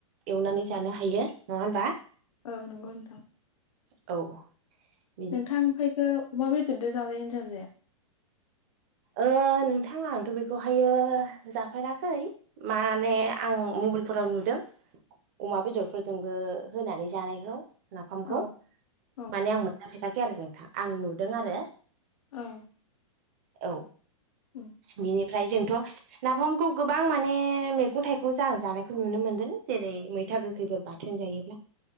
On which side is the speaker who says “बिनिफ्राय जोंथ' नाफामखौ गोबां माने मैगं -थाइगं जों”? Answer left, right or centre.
Right